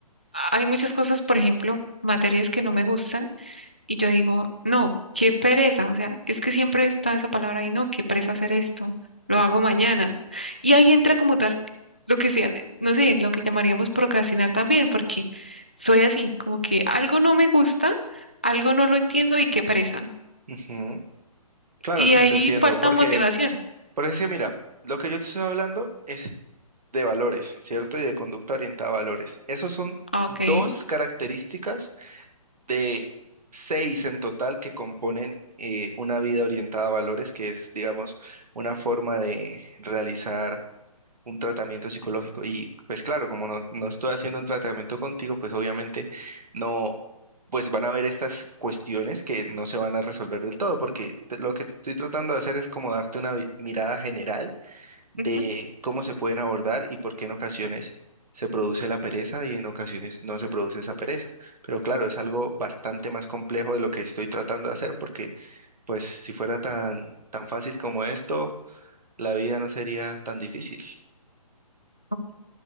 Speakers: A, on the left; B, on the right.
A: hay muchas cosas, por ejemplo, materias que no me gustan y yo digo, no, qué pereza, o sea, es que siempre está esa palabra ahí, no, qué pereza hacer esto, lo hago mañana. Y ahí entra como tal lo que sea, no sé, lo que llamaríamos procrastinar también, porque soy así, como que algo no me gusta, algo no lo entiendo y qué pereza.
B: Ujú. Claro,
A: Y
B: sí,
A: ahí
B: te entiendo,
A: falta
B: porque,
A: motivación.
B: porque es que mira, lo que yo te estoy hablando es de valores, ¿cierto? Y de conducta orientada a valores. Esos son
A: Ah,
B: dos
A: Ok.
B: características de seis en total que componen eh, una vida orientada a valores, que es, digamos, una forma de realizar un tratamiento psicológico. Y pues claro, como no, no estoy haciendo un tratamiento contigo, pues obviamente no. pues van a haber estas cuestiones que no se van a resolver del todo, porque te- lo que estoy tratando de hacer es como darte una vi- mirada general de
A: ujú,
B: cómo se pueden abordar y por qué en ocasiones se produce la pereza y en ocasiones no se produce esa pereza. Pero claro, es algo bastante más complejo de lo que estoy tratando de hacer porque pues si fuera tan, tan fácil como esto, la vida no sería tan difícil.
A: ok.